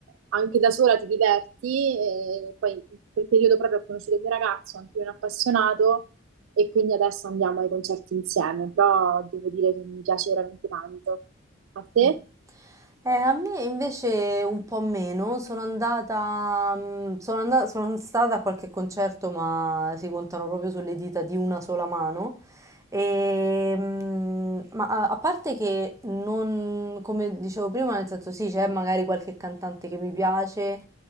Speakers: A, on the right; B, on the right.
A: anche da sola ti diverti. E poi in quel periodo proprio ho conosciuto il mio ragazzo, anche lui è un appassionato, e quindi adesso andiamo ai concerti insieme, però devo dire che mi piace veramente tanto. A te?
B: Mm. Eh, a me invece un po' meno, sono andata, mm, sono andata, sono stata a qualche concerto, ma si contano proprio sulle dita di una sola mano. Ehm, ma a, a parte che non, come dicevo prima, nel senso sì, c'è magari qualche cantante che mi piace